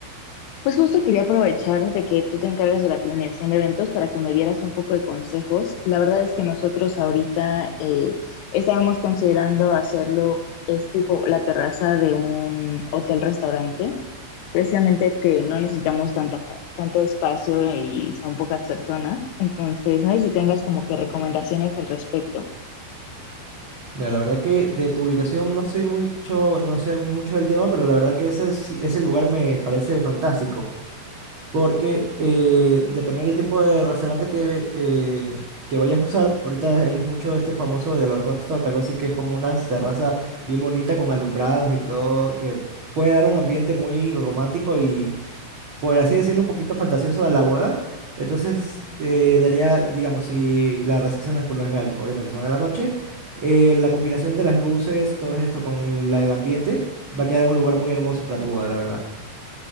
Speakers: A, on the left; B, on the right.
A: Pues justo quería aprovechar de que tú te encargas de la planeación de eventos para que me dieras un poco de consejos. La verdad es que nosotros ahorita eh, estábamos considerando hacerlo, es tipo la terraza de un hotel-restaurante precisamente que no necesitamos tanta, tanto espacio y son pocas personas. Entonces, no sé si tengas como que recomendaciones al respecto.
B: Mira, la verdad que de tu ubicación no soy mucho, no sé mucho del tema, pero la verdad que ese, sí- ese lugar me parece fantástico. Porque eh, dependiendo del tipo de restaurante que, eh, que vayas a usar, ahorita hay mucho este famoso de los Rockstock, algo así que es como una terraza bien bonita con alumbrados y todo, que puede dar un ambiente muy romántico y, por así decirlo, un poquito fantasioso a la boda. Entonces, eh, daría, digamos, si las recepciones por lo general, obviamente son en la noche, eh, la combinación de las luces, todo esto con la- el ambiente, va a quedar un lugar muy hermoso para tu boda, la verdad.